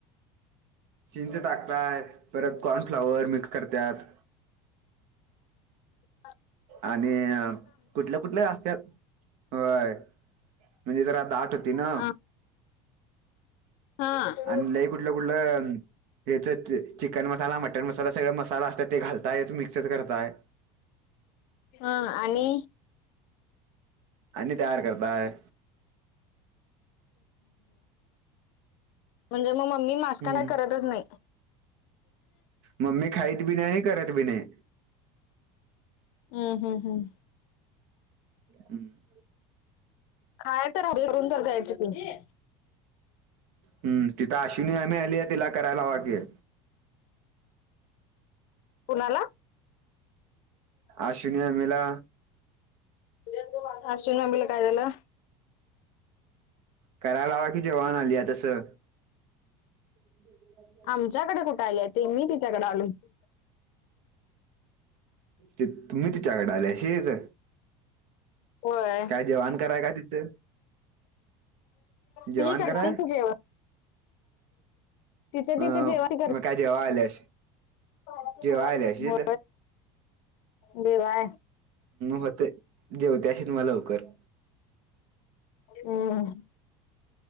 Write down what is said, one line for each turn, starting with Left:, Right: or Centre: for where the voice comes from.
Right: चींचे टाकत आहेत परत कॉर्न फ्लावर मिक्स करतात
Left: हा.
Right: आणि कुठल्या कुठल्या असत्या होय. म्हणजे जरा दाट होती ना.
Left: अ हा.
Right: आणि लई कुठलं कुठलं त्याच चिकन मसाला मटन मसाला सगळ मसाला असतात ते घालताय मिक्सच करताय.
Left: हा आणि
Right: आणि तयार करताय?
Left: म्हणजे मग मम्मी मास्कांना
Right: हम्म
Left: करतच नाही.
Right: मम्मी खाईत बी नाही आणि करत बी नाही.
Left: हम हम हम्.
Right: हम्म.
Left: खाय तर हवे करून तर द्यायची ती
Right: हम्म तिथश तुम्ही आम्ही आले तिला करायला वागे.
Left: कुणाला?
Right: अश्विनीया मेला
Left: ला काय झा्याला
Right: करा लावा की जेवण आली आहे तसं. <unintelligible>
Left: आमच्याकडे कुठे आले आहे ते मी तिच्याकडे आलो हो.
Right: ते तुम्ही तच्याकड आले शेच
Left: होय
Right: काय जवान कराय का तिथं. जेवण
Left: ती करते
Right: कराय
Left: की जेवण तिच
Right: अ
Left: तिच जेव कर.
Right: मग काय जेव्हा आल्यास
Left: हो
Right: जेव्हा आल्याशी
Left: देवाय.
Right: होत जेवते अशी तुम्हाला लवकर.
Left: हम्.